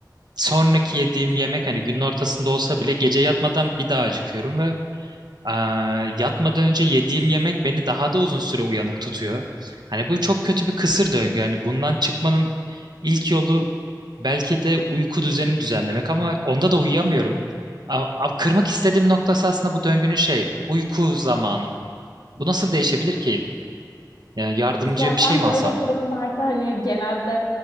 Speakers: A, on the right; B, on the left.
A: sonraki yediğim yemek hani günün ortasında olsa bile gece yatmadan bir daha acıkıyorum ve Ee, yatmadan önce yediğim yemek beni daha da uzun süre uyanık tutuyor. Hani bu çok kötü bir kısır döngü. Hani bundan çıkmanın ilk yolu belki de uyku düzenimi düzenlemek ama onda da uyuyamıyorum. A- a- Kırmak istediğim noktası aslında bu döngünün şey, uyku zamanım. Bu nasıl değişebilir ki? Yani yardımcı
B: Ya
A: bir
B: ben
A: şey mi
B: böyle
A: alsam?
B: durumlarda hani genelde